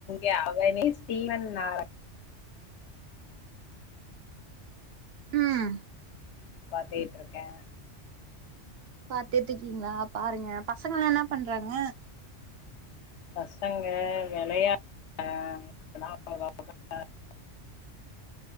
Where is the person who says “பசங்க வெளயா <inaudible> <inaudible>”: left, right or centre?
Left